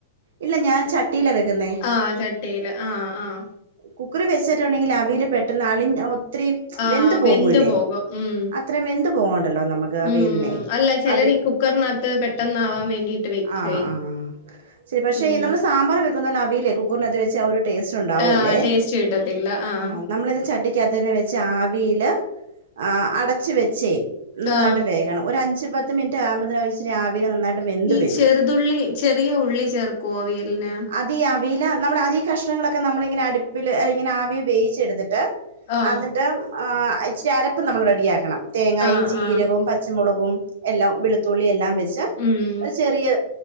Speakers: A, on the right; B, on the left.
A: ഇല്ല ഞാൻ ചട്ടിയിലാ വെക്കുന്നെ
B: ആഹ് ചട്ടിയില് ആഹ് ആഹ്
A: കുക്കറിൽ വെച്ചിട്ടുണ്ടെങ്കിൽ അവിൽ പെട്ടെന്ന് ആളി ഒത്തിരി
B: ആഹ്
A: വെന്ത് പോകൂല്ലേ
B: പോകും ഉം
A: അ ത്രം വെന്ത് പോകേണ്ടല്ലോ നമ്മ കാവിയൽനെ
B: ഉം അല്ല ചിലര്
A: അവി
B: ഈ കുക്കറിനകത്ത് പെട്ടെന്നാവാൻ വേണ്ടിട്ട് വെക്കുവേ
A: ആഹ് ആഹ് ശരി പക്ഷേ
B: ഉം
A: നമ്മള് സാമ്പാറ് വെക്കുന്നപോലെ അവിയല് കുക്കറിനകത്ത് വെച്ചാ ഒരു ടേസ്റ്റ്- ഉണ്ടാവൂല്ലേ
B: ആഹാ ടേസ്റ്റ് കിട്ടത്തില്ല ആഹാ
A: ആഹ് നമ്മളിത് ചട്ടിക്കാത്ത് തന്നെ വെച്ച് ആവിയില് ആ അടച്ച് വെച്ചേ
B: ആഹ്
A: നടുവേ യാണ് ഒരു അഞ്ചു പത്ത് മിനിറ്റാകുമ്പോന് അത് ഇച്ചിരി ആവിയില് നന്നായിട്ട്- വെന്ത്
B: ഈ
A: വരും
B: ചെറുതുള്ളി ചെറിയ ഉള്ളി ചേർക്കോ അവിയലിന്
A: അതീ അവിയില് നമ്മുടെ ആദ്യം ഈ കഷ്ണങ്ങളൊക്കെ നമ്മളിങ്ങനെ അടുപ്പില് ഇങ്ങനെ ആവി വേവിച്ചെടുത്തിട്ട് -
B: ആഹ്
A: എന്നിട്ട് ആ ഇച്ചിരി അരപ്പ് നമ്മള് റെഡിയാക്കണം തേങ്ങായും
B: ആഹ്
A: ജീരകവും
B: ആഹ്
A: പച്ചമുളകും എല്ലാം വെളുത്തുള്ളി എല്ലാം വെച്ച് -
B: ഉം
A: ഒരു ചെറിയ